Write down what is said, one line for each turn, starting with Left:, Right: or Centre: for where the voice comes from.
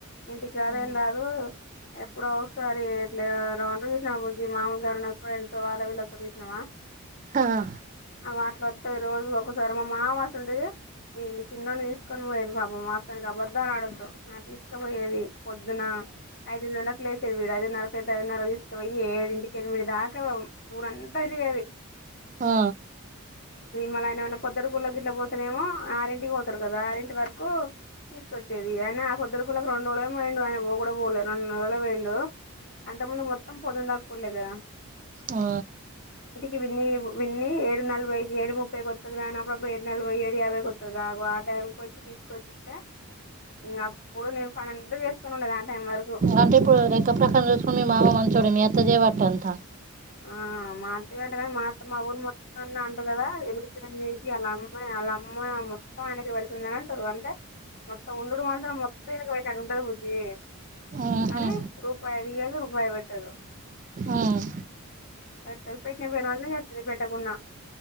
Left: ఇంటికి
Right: ఆ
Left: రాదేం రాదు, ఎప్పుడో ఒకసారి ఇట్ల ర చూసినా బుజ్జి మాములుగా ఎవరన్న ఫ్రెండ్సో, వాళ్ళో, వీళ్ళోత్తరు చూసినవా?
Right: హ హా
Left: వాటిలత్తది రోజు, ఒకోసారి మా మామ అసోంటిది వీన్ని చిన్నోడి తీసుకొని పోయేది. పాపం వాస్తవానికి అబద్దాలు అడొద్దు. ఆ తీసుకుపోయేది. పొద్దున ఐదుగంటలకు లెస్ చె విడు ఐదున్నరకు లెత్తే ఐదున్నరకు తీసుకపోయి, ఏడింటికి ఎనిమిదింటిదాక ఊరంతా తిరిగేది.
Right: ఆ
Left: మళ్ళీ ఆయన ఏమన్న పొద్దటి కూళ్ళ గిట్ల పోతునేమో ఆరింటికి పోతరు కదా, ఆరింటి వరకు తీసుకొచ్చేది. ఆయన ఆ పొద్దుటి కూళ్ళకు రెండు రోజులేమో పోయిండు, ఆయన పో కూడా పోలే రెండు రోజులు పోయిండు. అంతకుముందు మొత్తం పొందుందాక కూళ్లేగదా.
Right: ఆ
Left: ఇవి లేవు. విన్ని ఏడు నలభైకి, ఏడు ముప్పై కొత్తది వ్యాన్. అప్పుడప్పుడు ఏడు నలభై, ఏడు యాభై కొత్తది ఆగో, ఆ టైంకి వచ్చి తీసుకొచ్చిస్తే ఇంగ అప్పుడు నేను పని ఎంత చేసుకుని ఉండేది ఆ టైం వరకు.
Right: అంటే ఇప్పుడు లెక్క ప్రకారం చూసుకుంటే మీ మామ మంచోడు, మీ అత్త చేయబట్ టె అంత.
Left: ఆ మాత్తయే అట్ల కానీ మా అత్ మా ఊరు మొత్తంల అంటరు కదా, ఎందుకిచ్చి <unintelligible> ఆళ్ళ అమ్మాయి ఆళ్ళ అమ్మాయి మొత్తం ఆయనకి పెడుతుందిని అంటరు. అంటే మొత్తం ఉండుడు వాళ్ళతోనే మొత్తం ఈనెకే పెట్టినట్టు ఉంటది బుజ్జి,
Right: ఆహా
Left: కానీ రూపాయి తియ్యదు రూపాయి పెట్టదు.
Right: ఆ
Left: పెట్టదు, పేట్న పేరు మాత్రం ఇగత్తది పేటాకున్నా.